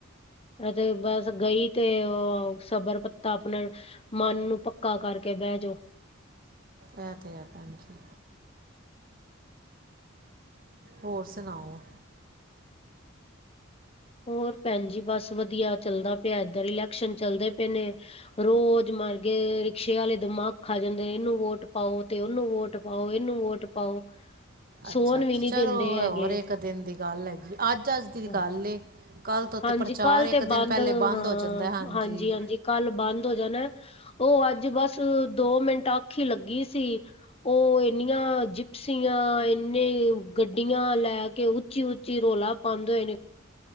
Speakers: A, on the left; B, on the right.
A: ਇਹ ਤੇ ਬਸ ਗਈ ਤੇ ਉਹ ਸਬਰ ਪੱਤਾ ਆਪਣਾ ਮਨ ਨੂੰ ਪੱਕਾ ਕਰਕੇ ਬਹਿ ਜਾਓ।
B: ਏ ਤੇ ਹੈ ਭੈਣ ਜੀ। ਹੋਰ ਸੁਣਾਓ।
A: ਹੋਰ ਭੈਣ ਜੀ ਬਸ ਵਧੀਆ ਚੱਲਦਾ ਪਿਆ ਇੱਧਰ ਇਲੈਕਸ਼ਨ ਚੱਲਦੇ ਪਏ ਨੇ। ਰੋਜ਼ ਮਰਗੇ ਰਿਕਸ਼ੇ ਵਾਲੇ ਦਿਮਾਗ ਆ ਜਾਂਦੇ ਇਹਨੂੰ ਵੋਟ ਪਾਓ ਤੇ ਉਹਨੂੰ ਵੋਟ। ਪਾਓ ਇਹਨੂੰ ਵੋਟ ਪਾਓ ਸੋਣ
B: ਅੱਛਾ
A: ਵੀ ਨੀ
B: ਚਲੋ
A: ਦਿੰਦੇ ਹੈਗੇ
B: ਹੋਰ ਇੱਕ ਇੱਕ ਦਿਨ ਦੀ ਗੱਲ ਹੈਗੀ ਅੱਜ ਅੱਜ ਦੀ
A: ਹਾਂ
B: ਗੱਲ ਕੱਲ ਤੋਂ
A: ਹਾਂਜੀ
B: ਤੇ ਪ੍ਰਚਾਰ
A: ਕੱਲ
B: ਇੱਕ
A: ਤੇ ਬੰਦ
B: ਦਿਨ ਪਹਿਲੇ ਬੰਦ
A: ਹਾਂ
B: ਹੋ ਜਾਂਦਾ ਹਾਂਜੀ
A: ਕੱਲ ਬੰਦ ਹੋ ਜਾਣਾ ਉਹ ਅੱਜ ਬਸ ਦੋ ਮਿੰਟ ਅੱਖ ਲੱਗੀ ਸੀ ਉਹ ਇੰਨੀਆਂ ਜਿਪਸੀਆਂ ਇੰਨੇ ਗੱਡੀਆਂ ਲੈ ਕੇ ਉੱਚੀ ਉੱਚੀ ਰੌਲਾ ਪਾਉਂਦੇ ਹੋਏ ਨੇ